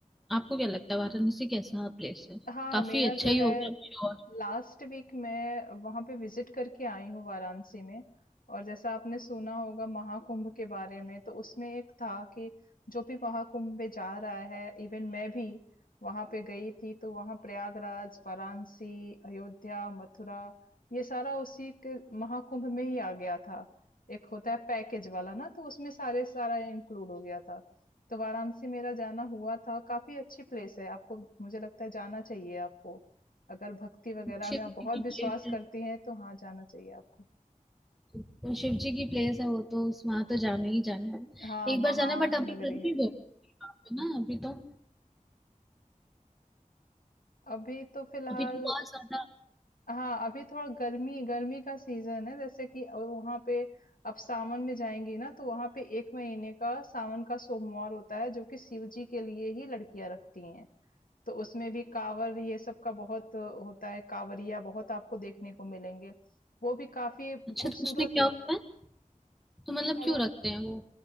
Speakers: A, in the centre; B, on the left.
A: आपको क्या लगता है वाराणसी कैसा प्लेस है
B: हाँ
A: काफी
B: मेरा
A: अच्छा
B: जो
A: ही
B: है
A: होगा श्योर
B: लास्ट वीक मैं वहां पे विजिट करके आई हूँ वाराणसी में और जैसा आपने सुना होगा महाकुंभ के बारे में तो उसमें एक था कि जो भी महाकुंभ में जा रहा है इवन मैं भी वहां पे गई थी तो वहां प्रयागराज वाराणसी अयोध्या मथुरा ये सारा उसी के महाकुंभ में ही आ गया था एक होता है पैकेज वाला ना तो उसमें सारे सारा इंक्लूड हो गया था तो वाराणसी मेरा जाना हुआ था काफी अच्छी प्लेस है आपको मुझे लगता है जाना चाहिए आपको अगर भक्ति वगैरह
A: शिव
B: में आप
A: जी
B: बहुत
A: की प्लेस
B: विश्वास
A: है
B: करती हैं तो हाँ जाना चाहिए आपको।
A: तो शिव जी की प्लेस है वो तो उस वहां तो जाना ही जाना है
B: हाँ,
A: एक
B: महानगरी
A: बार जाना है बट अभी गर्मी
B: है।
A: बहुत है वहाँ पे ना अभी तो
B: अभी तो फ़िलहाल
A: अभी तो बहुत ज्यादा
B: हाँ, अभी थोड़ा गर्मी गर्मी का सीज़न है जैसे कि और वहाँ पे आप सावन में जाएँगी ना तो वहाँ पे 1 महीने का सावन का सोमवार होता है जो कि शिव जी के लिए ही लड़कियाँ रखती हैं। तो उसमें भी काँवड़ ये सब का बहुत होता है, काँवड़िया बहुत आपको देखने को मिलेंगे। वो भी काफ़ी
A: अच्छा
B: खूबसूरत
A: तो उसमें क्या
B: लगता
A: होता
B: है।
A: है तो मतलब
B: काँवड़
A: क्यों रखते हैं वो